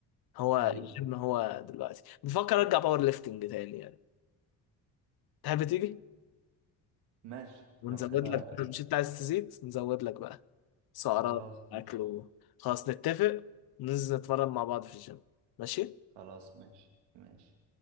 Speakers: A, on the left; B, on the right.
A: هو
B: أيوه
A: الجيم هو دلوقتي بفكر أرجع باور ليفتنج تاني يعني تحب تيجي؟
B: ماشي
A: ونزود
B: لو كده
A: لك مش انت عايز تزيد نزود لك بقى سعرات
B: خلاص ماشي
A: اكل و... خلاص نتفق ننزل نتمرن مع بعض في الجيم ماشي
B: خلاص ماشي ماشي